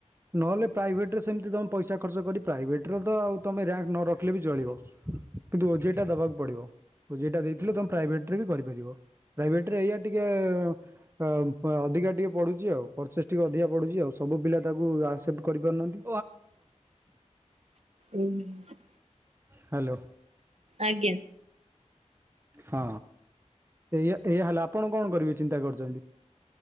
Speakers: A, on the right (about 20°); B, on the right (about 60°).
A: ନହେଲେ ପ୍ରାଇଭେଟରେ ସେମିତି ତୁମେ ପଇସା ଖର୍ଚ୍ଚ କରି ପ୍ରାଇଭେଟ୍ର ତ ଆଉ ତୁମେ ର୍ୟାଙ୍କ ନ ରଖିଲେ ବି ଚଳିବ। କିନ୍ତୁ ଓଜେଇ ଟା ଦବାକୁ ପଡିବ। ଓଜେଇ ଟା ଦେଇଥିଲେ ତମେ ପ୍ରାଇଭେଟରେ ବି କରିପାରିବ ପ୍ରାଇଭେଟରେ ଏଇଆ ଟିକେ ଅ ପା ଅ। ଅଧିକା ଟିକେ ପଡୁଚି ଆଉ ପରଚେସ ଟିକେ ଅଧିକା ପୁଡୁଛି ଆଉ ସବୁ ପିଲା ତାକୁ ଆସ୍ ସେପ୍ଟ କରି ପାରୁନାହାନ୍ତି।
B: ଉଁ ହୁଁ।
A: ହା ଲୋ।
B: ଆଜ୍ଞା।
A: ହଁ ଏଇୟା ଏଇୟା ହେଲା ଆପଣ କଣ କରିବେ ଚିନ୍ତା କରୁଛନ୍ତି?